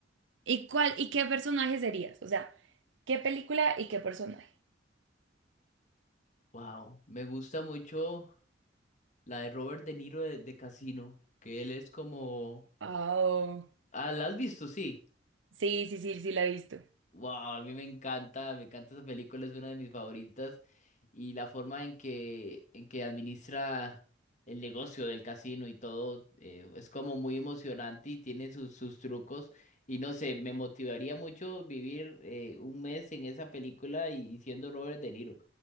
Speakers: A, on the right; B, on the left.
A: ¿Y cuál y qué personaje serías? O sea, ¿qué película y qué personaje?
B: Wow, me gusta mucho la de Robert De Niro de, de Casino, que él es como...
A: Oh,
B: Ah, ¿la has visto? Sí.
A: sí, sí, sí, sí la he visto.
B: Wow, a mí me encanta, me encanta esa película, es una de mis favoritas. Y la forma en que, en que administra el negocio del casino y todo, eh, es como muy emocionante y tiene sus, sus trucos. Y no sé, me motivaría mucho vivir eh, un mes en esa película y siendo Robert De Niro.